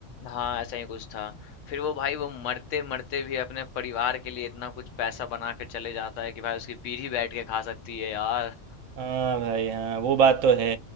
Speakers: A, on the left; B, on the right.
A: हाँ, ऐसा ही कुछ था। फिर वो भाई वो मरते-मरते भी अपने परिवार के लिए इतना कुछ पैसा बना के चले जाता है कि भाई उसकी पीढ़ी बैठ के खा सकती है यार।
B: हाँ भाई हाँ वो बात तो है